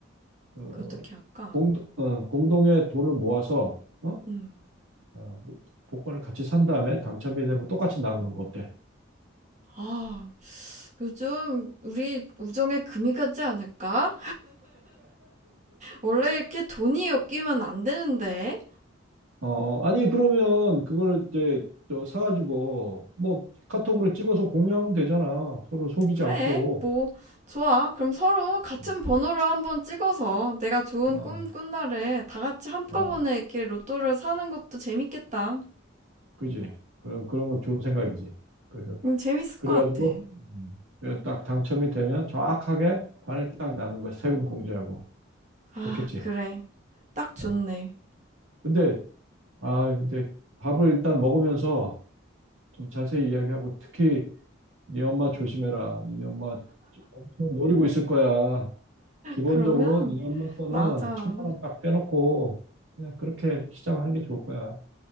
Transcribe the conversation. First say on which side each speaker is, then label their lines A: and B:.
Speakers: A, on the right; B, on the right.
A: 어,
B: 그 어떻게 할까?
A: 공, 어, 공동의 돈을 모아서, 어?
B: 음.
A: 어, 복권을 같이 산 다음에 당첨이 되면 똑같이 나누는 거 어때?
B: 아, 요즘 우리 우정에 금이 가지 않을까? 원래 이렇게 돈이 엮이면 안 되는데.
A: 어, 아니, 그러면 그거를 이제 저 사가지고 뭐 카톡으로 찍어서 공유하면 되잖아. 서로 속이지
B: 그래,
A: 않고.
B: 뭐, 좋아. 그럼 서로 같은
A: 음,
B: 번호로 한번 찍어서 내가 좋은
A: 어,
B: 꿈 꾼 날에 다 같이 한꺼번에
A: 어,
B: 이렇게 로또를 사는 것도 재밌겠다.
A: 그지. 그런, 그런 거 좋은 생각이지. 그래서,
B: 응, 재밌을
A: 그래가지고,
B: 것 같아.
A: 음, 그래서 딱 당첨이 되면 정확하게 반을 딱 나눈 거야. 세금 공제하고.
B: 아,
A: 좋겠지.
B: 그래. 딱 좋네.
A: 어. 근데, 아, 근데 밥을 일단 먹으면서 좀 자세히 이야기하고 특히 네 엄마 조심해라. 니네 엄마 엄청 노리고 있을 거야. 기본적으로
B: 그러면,
A: 니네 엄마 거는
B: 맞아.
A: 천만 원 딱 떼놓고 그냥 그렇게 시작하는 게 좋을 거야.